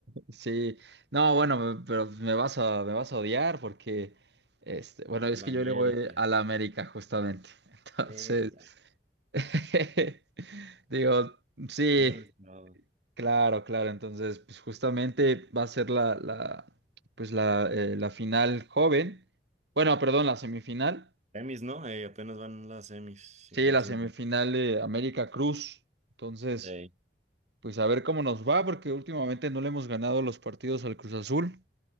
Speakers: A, on the right; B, on the right.
A: Sí, no, bueno, me- pero me vas a, me vas a odiar porque, este, bueno, es
B: A la
A: que
B: América.
A: yo le voy a la América justamente. Entonces,
B: Eh, ya,
A: <laughs> digo, sí,
B: ya me lo he
A: claro, claro. Entonces, pues justamente va a ser la, la, pues la, eh, la final joven. Bueno, perdón, la semifinal.
B: Semis, ¿no? Eh, apenas van las semis, Simón,
A: Sí, la
B: Simón.
A: semifinal de América Cruz. Entonces,
B: Ey.
A: pues a ver cómo nos va porque últimamente no le hemos ganado los partidos al Cruz Azul.